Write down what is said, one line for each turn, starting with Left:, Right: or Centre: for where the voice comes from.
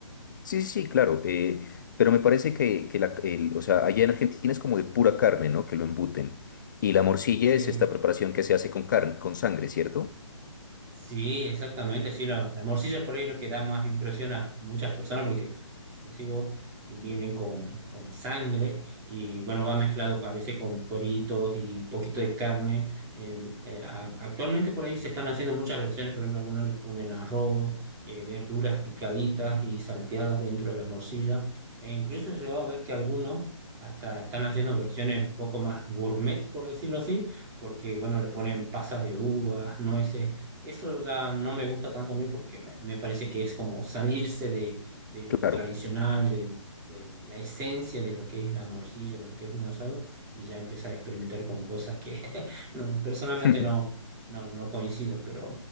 Left: Sí, sí, sí, claro. eh, pero me parece que, que la, el- o sea, allá en Argentina es como de pura carne, ¿no? Que lo embuten. Y la morcilla
Right: Eh,
Left: es esta preparación que se hace con carne, con sangre, ¿cierto?
Right: Sí, exactamente, sí, la, la morcilla por ahí es lo que da más impresión a, a muchas personas porque, como decís vos, vienen con, con sangre y bueno, va mezclado a veces con cueritos y un poquito de carne. El- eh, a- actualmente por ahí se están haciendo muchas versiones, por ejemplo, algunos le ponen arroz, eh, verduras picaditas y salteadas dentro de la morcilla e incluso he llegado a ver que algunos hasta están haciendo versiones un poco más gourmet, por decirlo así, porque bueno, le ponen pasas de uvas, nueces eso ya no me gusta tanto a mí porque me, me parece que es como salirse de, de lo
Left: Claro.
Right: tradicional, de, de la esencia de lo que es la morcilla, de lo que es un asado, y ya empezar a experimentar con cosas que <laughs> no, personalmente
Left: <laughs>
Right: no, no, no coincido, pero,